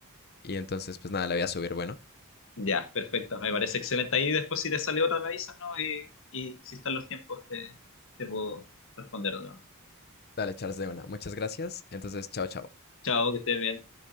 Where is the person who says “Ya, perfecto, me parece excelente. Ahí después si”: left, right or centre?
Left